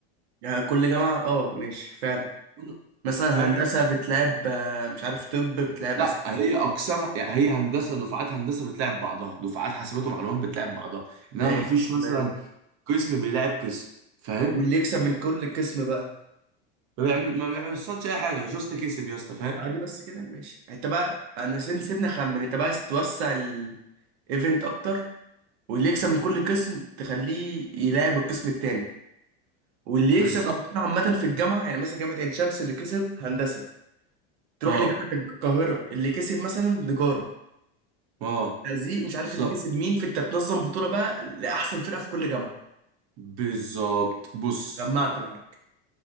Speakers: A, on the right; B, on the right.
A: يعني كل جامعه اه ماشي فعلا
B: أنا-
A: مثلا
B: فاهم
A: هندسه بتلعب آه، مش عارف طب بتلعب
B: لا
A: أسنان
B: هي اقسامها يعني هي هندسه دفعات هندسه بتلاعب بعضها دفعات حاسبات ومعلومات بتلاعب بعضها انما
A: ماشي
B: ما فيش مثلا
A: تمام
B: قسم بيلاعب قسم فاهم
A: طب واللي يكسب من كل قسم بقى
B: ما بيعمل ما بيحصلش اي حاجه جاست كسب يا اسطى فاهم
A: عادي بس كده ماشي انت بقى انا سيبني سيبني اخمن انت بقى عايز توسع الايفنت اكتر واللي يكسب من كل قسم تخليه يلعب القسم التاني واللي يكسب
B: بالظبط
A: البطوله عامه في الجامعه يعني مثلا جامعه عين شمس اللي كسب هندسه تروح
B: اه
A: لجامعه القاهره اللي كسب مثلا تجاره
B: اه
A: تهزيق مش عارف
B: بالظبط
A: اللي كسب مين فانت بتنظم بطوله بقى لاحسن فرقه في كل جامعه
B: بالظبط بص
A: جمعت معاك